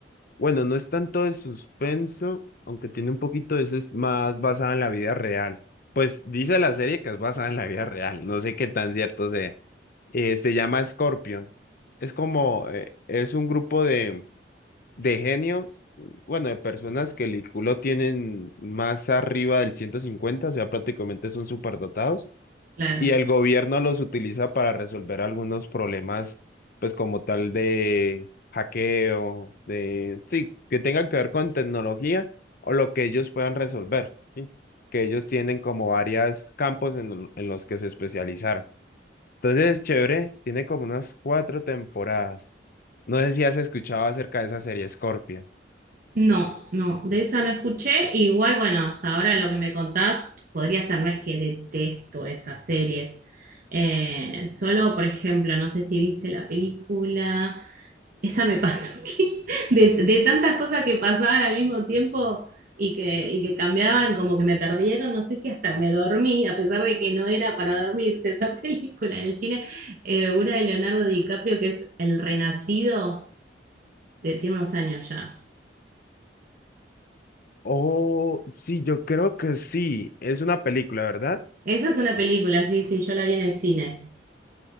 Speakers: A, on the left; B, on the right.
A: bueno, no es tanto de suspenso, aunque tiene un poquito de eso, es más basada en la vida real. Pues dice la serie que es basada en la vida real, no sé qué tan cierto sea. Eh, se llama Scorpio. Es como, eh, es un grupo de, de genios, bueno, de personas que el IQ lo tienen más arriba del ciento cincuenta o sea, prácticamente son superdotados
B: <laughs> Claro.
A: y el gobierno los utiliza para resolver algunos problemas, pues como tal de hackeo, de, sí, que tengan que ver con tecnología o lo que ellos puedan resolver, ¿sí? Que ellos tienen como varios campos en, lo- en los que se especializaron. Entonces, chévere, tiene como unas cuatro temporadas. No sé si has escuchado acerca de esa serie Scorpion.
B: No, no, de esa no escuché. Igual, bueno, hasta ahora lo que me contás podría ser, no es que detesto esas series. Eh, solo, por ejemplo, no sé si viste la película, esa me pasó <laughs> que de, de tantas cosas que pasaban al mismo tiempo y que, y que cambiaban, como que me perdieron, no sé si hasta me dormí, a pesar de que no era para dormirse esa <laughs> película en el cine, eh, una de Leonardo DiCaprio que es El Renacido, de- tiene unos años ya.
A: Oh, sí, yo creo que sí. Es una película, ¿verdad?
B: Esa es una película, sí, sí, yo la vi en el cine.